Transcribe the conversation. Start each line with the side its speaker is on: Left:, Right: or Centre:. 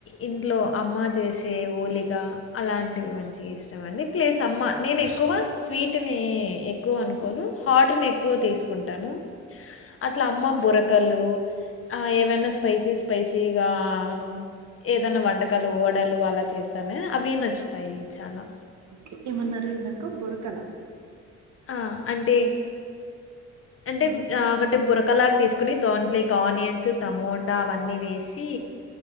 Left: ఇంట్లో అమ్మ చేసే ఓలిగా అలాంటివి మంచిగ ఇష్ ఇష్టంమండి ప్లేస్ అమ్మ నేన్ ఎక్కువ స్వీట్నీ ఎక్కువ అనుకోను. హాట్ను ఎక్కువ తీస్కుంటాను అట్ల అమ్మ బురకలు ఆ ఏవైన స్పైసీ స్పైసీగాన్ ఏదన్న వంటకాలు వడలు అలా చేస్తానే అవి నచ్చుతాయి చాలా
Right: ఓకే ఏమన్నారు ఇందాక బొరకల
Left: ఆ అంటే అంటే
Right: ఉమ్,
Left: ఆ ఒకట్ బురకలాగ్ తీస్కొని దాంట్లోకి ఆనియన్స్ టమోటా అవన్నీ వేసీ